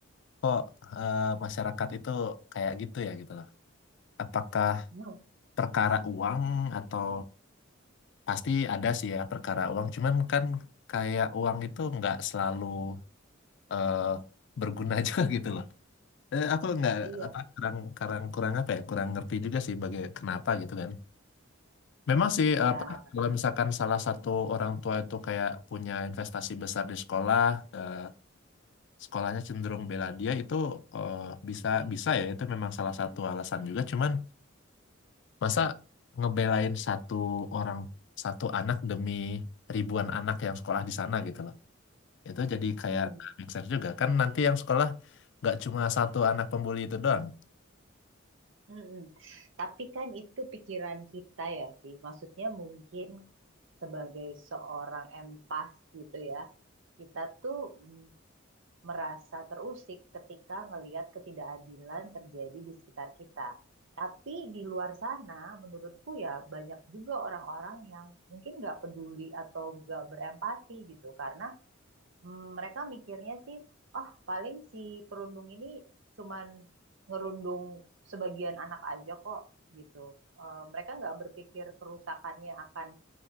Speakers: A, on the left (about 60°); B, on the right (about 65°).
A: kok eh, masyarakat itu kayak gitu ya gitu loh. apakah
B: hmm,
A: perkara uang atau pasti ada sih ya perkara uang cuman kan kayak uang itu nggak selalu eh, berguna <laughs> juga gitu loh eh, aku nggak
B: iya
A: apa kurang kurang kurang apa ya kurang ngerti juga sih bagai kenapa gitu kan memang sih
B: ya
A: apa kalau misalkan salah satu orang tua itu kayak punya investasi besar di sekolah eh, sekolahnya cenderung bela dia itu eh, bisa bisa ya itu memang salah satu alasan juga cuman Masa ngebelain satu orang, satu anak demi ribuan anak yang sekolah di sana gitu loh. Itu jadi kayak
B: hmm,
A: nggak make sense juga. Kan nanti yang sekolah nggak cuma satu anak pembuli itu doang.
B: mm-mm. tapi kan itu pikiran kita ya sih maksudnya mungkin sebagai seorang empas gitu ya kita tuh mm, merasa terusik ketika ngelihat ketidakadilan terjadi di sekitar kita. Tapi di luar sana, menurutku ya banyak juga orang-orang yang mungkin nggak peduli atau nggak berempati gitu, karena mm, mereka mikirnya sih, oh paling si perundung ini cuman ngerundung sebagian anak aja kok gitu. Eh, mereka nggak berpikir kerusakannya akan